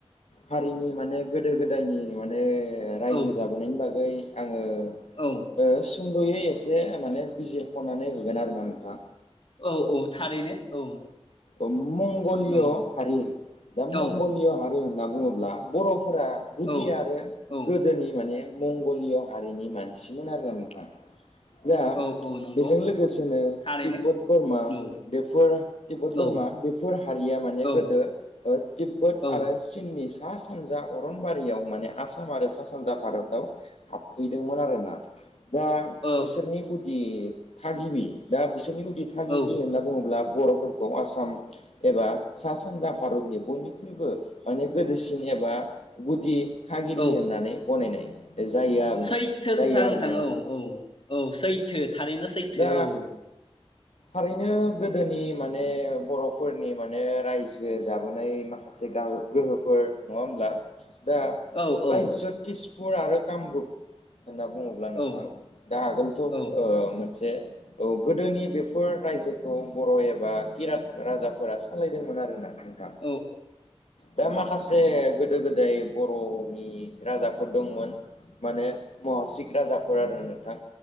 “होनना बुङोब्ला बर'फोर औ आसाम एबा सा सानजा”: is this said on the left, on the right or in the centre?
Left